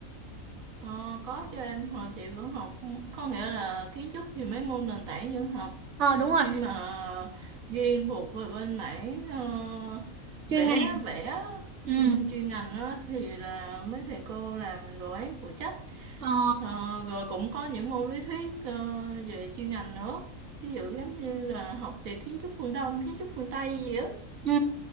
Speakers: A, on the right; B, on the right.
A: Ờ, có cho em hồi chị vẫn học có nghĩa là kiến trúc thì mấy môn nền tảng vẫn học
B: Ờ đúng rồi.
A: nhưng mà riêng thuộc về bên mảng ờ, vẽ
B: chuyên ngành
A: vẽ
B: ừ
A: ừm, chuyên ngành đó thì là mấy thầy cô làm đồ án phụ trách
B: ờ
A: Ờ, rồi cũng có những môn lý thuyết ờ, về chuyên ngành nữa ví dụ giống như là học về kiến trúc phương Đông kiến trúc phương Tây gì á
B: ừ